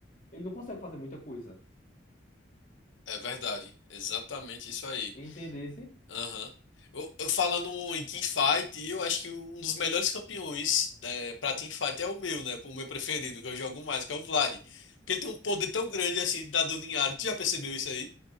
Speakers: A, on the left; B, on the left.
A: ele não consegue fazer muita coisa.
B: É verdade. Exatamente isso aí.
A: Entendesse?
B: Aham. Eu, eu falando em teamfight, eu acho que um dos melhores campeões é, pra teamfight é o meu, né? O meu preferido, que eu jogo mais, que é o Vlad. Porque ele tem um poder tão grande assim de dar dano em área. Tu já percebeu isso aí?